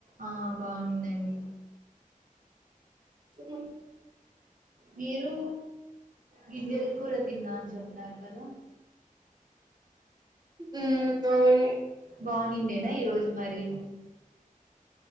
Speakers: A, on the right; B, on the right.
A: ఆ బాగుండింది అండి
B: సరే
A: మీరు గింజలకూర తిన్న అని చెప్పినారు కదా
B: ఉమ్ అవును
A: బాగుందిదేనా ఈ రోజు మరి